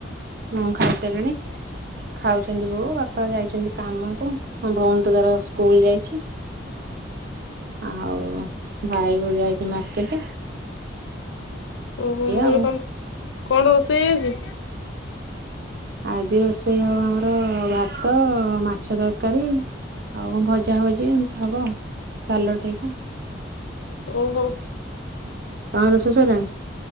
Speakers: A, on the right; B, on the left.
A: ମୁଁ ଖାଇସାରିଲିଣି। ଖାଉଛନ୍ତି ବୋଉ ବାପା ଯାଇଛନ୍ତି କାମକୁ ମୋ ଭଉନୀ ତାର ସ୍କୁଲ ଯାଇଚି। ଆଉ ଭାଇ <unintelligible> ଯାଇଚି ମାର୍କେଟେ।
B: ଓହୋ ମୁଁ କହିଲି
A: ଆଉ।
B: ତମ କଣ ରୋଷେଇ ଆଜି?
A: ଆଜି ରୋଷେଇ ହବ ଆମର ଭାତ ମାଛ ତରକାରୀ ଆଉ କଣ ଭଜା ଭଜି ଏମତି ହବ ସାଲଟ ହେଇକା।
B: ଓହୋ।
A: ତମ ରୋଷେଇ ସଇଲାଣି?